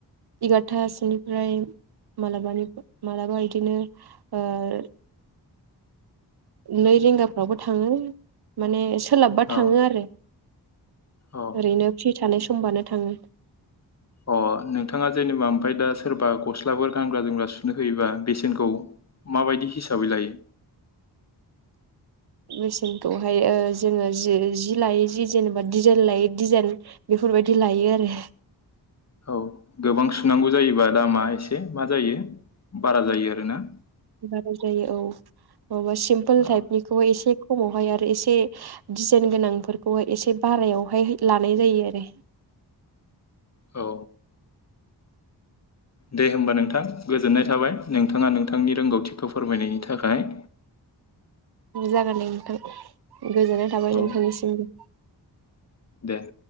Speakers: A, on the right (about 60°); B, on the left (about 40°).
A: इगारथासोनिफ्राय मालाबानि मालाबा बिदिनो ओह नै रिंगाफ्रावबो थाङो माने सोलाबबा थाङो
B: अ
A: आरो
B: अ
A: ओरैनो फ्रि थानाय समबानो थाङो।
B: अ नोंथाङा जेनेबा ओमफ्राय दा सोरबा गस्लाफोर गानग्रा जोमग्रा सुनो होयोबा बेसेनखौ माबायदि हिसाबै लायो।
A: बेसेनखौहाय ओह जोङो जि जि लायै जि जेनेबा दिजाइन लायै डिजाइन बेफोरबायदि लायो आरो
B: औ गोबां सुनांगौ जायोबा दामा एसे मा जायो बारा जायो आरोना।
A: बाराय जायो औ बबा सिमपोल
B: अ
A: टाइपनिखौहाय एसे खमावहाय आरो एसे डिजाइन गोनांफोरखौहाय एसे बारायावहाय लानाय जायो आरो।
B: औ दे होमबा नोंथां गोजोननाय थाबाय नोंथाङा नोंथांनि रोंगौथिखौ फोरमायनायनि थाखाय।
A: जागोनदे नोंथां। गोजोननाय थाबाय
B: औ
A: नोंथांनिसिमबो
B: एह